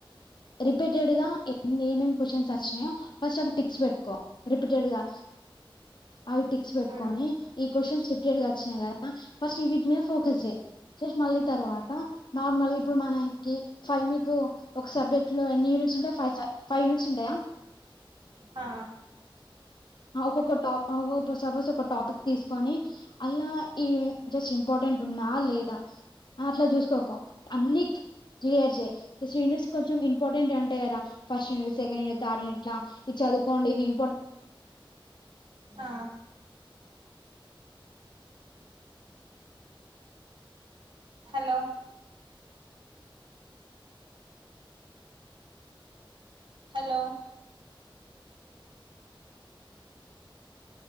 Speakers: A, on the left; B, on the right.
A: రిపీటెడ్ గా ఏమేం క్వశ్చన్స్ వచ్చినాయో ఫస్ట్ అవి టిక్స్ పెట్టుకో రిపీటెడ్గా అవి టిక్స్ పెట్టుకోని
B: హ్మ్
A: ఈ క్వశ్చన్స్ రిపీటెడ్ గా వచ్చినాయి కదా ఫస్ట్ వీటి మీద ఫోకస్ చేయి చేసి మళ్ళీ తర్వాత నార్మల్ ఇప్పుడు మనకి ఫైవ్ మీకు ఒక సబ్జెక్ట్ లో ఎన్ని యూనిట్స్ ఉంటా ఫైవ్ ఫైవ్ యూనిట్స్ ఉంటయా
B: ఆ
A: ఒక్కొక్క టా ఒ సపోజ్ ఒక టాపిక్ తీసుకొని అల్లా ఈ జస్ట్ ఇంపార్టెంట్ ఉన్నా లేదా అట్లా చూసుకోకు అన్ని క్లియర్ చెయ్ యూనియర్స్ కొంచెం ఇంపార్టెంట్ అంటే కదా ఫస్ట్యూనియర్ సెకండ్ యూయర్ థడ్యూయర్ ఇట్లా ఇవి చవుకోండి ఇవి ఇంపార్టె
B: ఆ హలో హలో